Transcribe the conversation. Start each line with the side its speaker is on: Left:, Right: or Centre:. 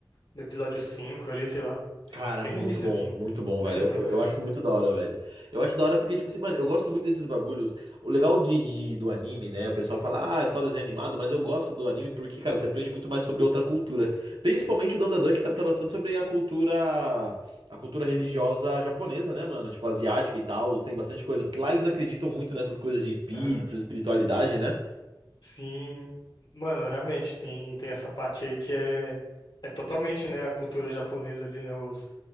Left: no episódio 5 ali, sei lá.
Right: Cara,
Left: Bem
Right: muito
Left: no iniciozinho.
Right: bom, muito bom, velho.
Left: <laughs>
Right: Eu, eu eu acho muito da hora, velho. Eu acho da hora porque, tipo assim, mano, eu gosto muito desses bagulhos. O legal de, de- do anime, né? O pessoal fala, ah, é só desenho animado, mas eu gosto do anime porque, cara, você aprende muito mais sobre outra cultura. Principalmente o Dandadan, que trata bastante sobre a cultura, a cultura religiosa japonesa, né, mano? Tipo, asiática e tal, tem bastante coisa. Porque lá eles acreditam muito nessas coisas de espírito,
Left: Ah,
Right: espiritualidade, né?
Left: sim, mano, realmente tem, tem essa parte aí que é, é totalmente, né, a cultura japonesa ali, né, os,